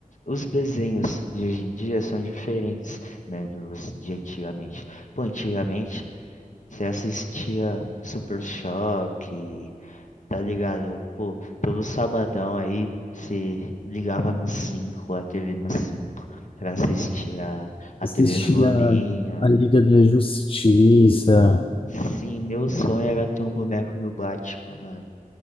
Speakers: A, on the left (about 60°); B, on the left (about 40°).
A: os desenhos de hoje em dia são diferentes, né, dos de antigamente. Pô, antigamente você assistia Super Choque, tá ligado? Pô, todo sabadão aí você ligava no cinco a TV no 5 pra assistir a, a
B: Assisti
A: TV Globinho.
B: a, a Liga da Justiça.
A: Mano, sim, meu sonho era ter um boneco do Batman,